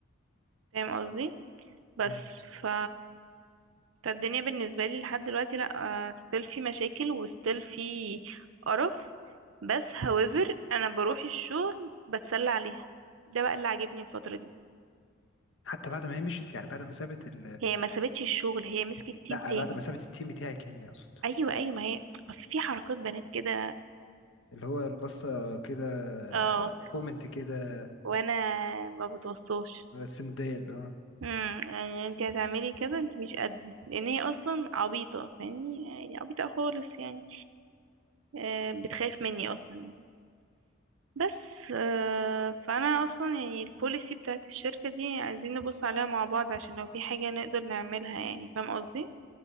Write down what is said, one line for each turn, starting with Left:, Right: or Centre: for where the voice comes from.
Right: فاهم قصدي بس
Left: مم.
Right: ف فالدنيا بالنسبه لي لحد دلوقتي لا ستيل في مشاكل وستيل في قرف بس however انا بروح الشغل بتسلى عليها ده بقى اللي عاجبني الفتره دي
Left: حتى بعد ما هي مشيت يعني بعد ما سابت ال...
Right: هي ما سابتش الشغل هي مسكت تيم
Left: لا
Right: تاني
Left: بعد ما سابت التيم بتاعك يعني اقصد
Right: ايوه ايوه ما هي اصل في حركات بنات كده
Left: اللي هو البصه كده
Right: اه
Left: كومنت كده
Right: وانا ما بتوصاش
Left: سندال اه
Right: امم يعني انت هتعملي كذا انت مش قدي لان هي اصلا عبيطه فاهمني يعني عبيطه خالص يعني آه، بتخاف مني اصلا بس آه، فانا اصلا يعني البوليسي بتاعت الشركه دي عايزين نبص عليها مع بعض عشان لو في حاجه نقدر نعملها يعني فاهم قصدي